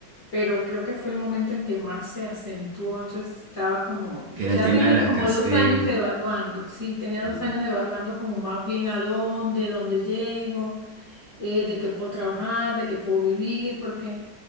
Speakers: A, on the left; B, on the right.
A: pero creo que fue el momento en que más se acentuó, entonces estaba como,
B: Que era
A: ya
B: el tema
A: tenía
B: de la
A: como
B: escasez.
A: dos años evaluando, sí, tenía
B: Ajá.
A: dos años evaluando como más bien a dónde, dónde llego, eh, de qué puedo trabajar, de qué puedo vivir, porque...